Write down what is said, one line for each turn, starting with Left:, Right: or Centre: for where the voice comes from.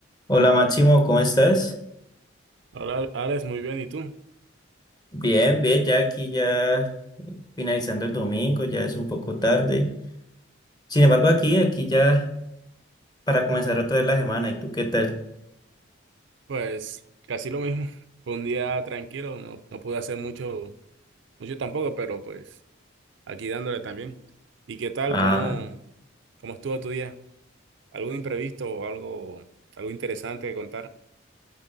Left: Hola Máximo, ¿cómo estás?
Right: Hola, Alex, muy bien. ¿Y tú?
Left: Bien, bien, ya aquí ya finalizando el domingo, ya es un poco tarde. Sin embargo, aquí, aquí ya para comenzar otra vez la semana, ¿y tú qué tal?
Right: Pues casi lo mismo. Fue un día tranquilo, no, no pude hacer mucho, mucho tampoco, pero pues aquí dándole también. ¿Y qué tal?
Left: Ah,
Right: ¿Cómo, cómo estuvo tu día? ¿Algo imprevisto o algo, algo interesante que contar?